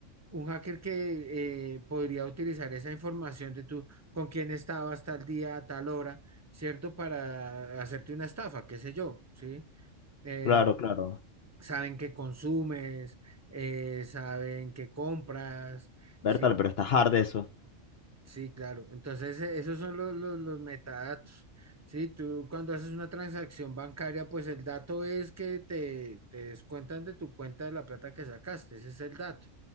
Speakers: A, on the right (about 25°); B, on the left (about 60°).
A: un hacker que eh, podría utilizar esa información de tú con quién estabas tal día, a tal hora, ¿cierto? Para hacerte una estafa, qué sé yo, ¿sí? Em,
B: claro, claro.
A: saben qué consumes, eh, saben qué compras,
B: Bertal,
A: ¿sí?
B: pero está hard eso.
A: Sí, claro. Entonces, e- esos son los, los, los metadatos. Sí, tú cuando haces una transacción bancaria, pues el dato es que te, te descuentan de tu cuenta de la plata que sacaste, ese es el dato.